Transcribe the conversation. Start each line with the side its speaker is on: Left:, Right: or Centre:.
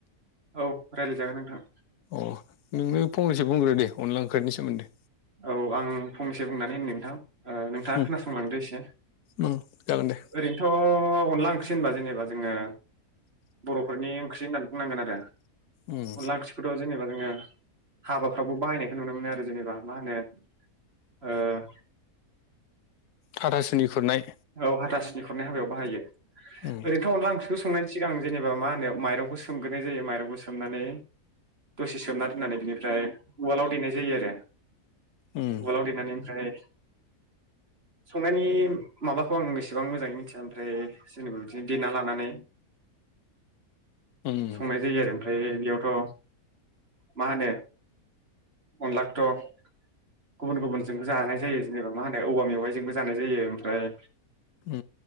Right: औ रायलायजागोन नोंथां
Left: अ नोंनो फंनैसो बुंग्रो दे अनला ओंख्रिनि सोमोन्दै
Right: औ आं फंनैसो बुंनानै होनो नोंथां ओ नोंथांङा
Left: उम
Right: खोनासंलांदो एसे
Left: उम जागोन दे
Right: ओरैनोथ अनला ओंख्रि <unintelligible> नबा जेनेबा जोंङो बरफोरनि ओंख्रि होननानै बुंनांगोन आरो
Left: उम
Right: अनला ओंख्रिखौथ जेनेबा जोंङो हाबाफ्रावबो बाहायनायखौ नुनो मोनो आरो जेनेबा मा होनो ओ
Left: हाथासुनि खुरनाय
Right: औ हाथाासनि खुरनाय हाबायाव बाहायो
Left: उम
Right: ओरैनोथ अनला ओंख्रिखौ संनायनि सिगां जेनेबा मा होनो माइरंखौ सोमग्रोनाय जायो माइरंखौ सोमनानै दसे सोमना दोननानै बिनिफ्राय उवालाव देनाय जायो आरो
Left: उम
Right: उवालाव देनानै ओमफ्राय संनायनि माबाखौ आं बेसेबां मोजाङै मिथिया ओमफ्राय जेनेबा बिदिनो देना लानानै
Left: उम
Right: संनाय जायो आरो ओमफ्राय बेयावथ' मा होनो अनलाखौथ' गुबुन गुबुनजोंबो जानाय जायो। जेनेबा मा होनो औबा मेवाइजोंबो जानाय जायो ओमफ्राय
Left: उम